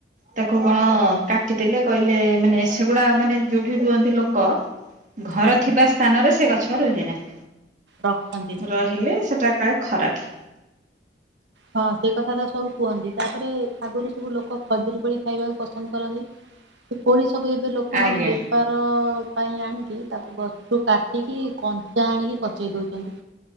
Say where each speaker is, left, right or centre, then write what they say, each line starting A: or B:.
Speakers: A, on the right; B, on the right.
A: ତାକୁ କଣ କାଟିଦେଲେ କହିଲେ ମାନେ ସେଗୁଡା ମାନେ ଯୋଉଠି ରୁହନ୍ତି ଲୋକ ଘର
B: ଆଜ୍ଞା
A: ଥିବା ସ୍ଥାନରେ ସେ ଗଛ ରୁହେ ନାହି,
B: ରଖନ୍ତିନି।
A: ରହିଲେ ସେଟା କାଳେ ଖରାପ।
B: ହଁ ସେଇ କଥା ତ ସବୁ କୁହନ୍ତି, ତାପରେ ଆଗରୁ ସବୁ ଲୋକ ଖଜୁରୀ କୋଳି ଖାଇବାକୁ ପସନ୍ଦ କରନ୍ତି। ସେ କୋଳି ସବୁ ଏବେ ଲୋକମାନେ
A: ଆଜ୍ଞା।
B: ବେପାର ପାଇଁ ଆଣିକି, ତାକୁ ଗଛରୁ କାଟିକି କଞ୍ଚା ଆଣିକି ପଚେଇ ଦଉଛନ୍ତି,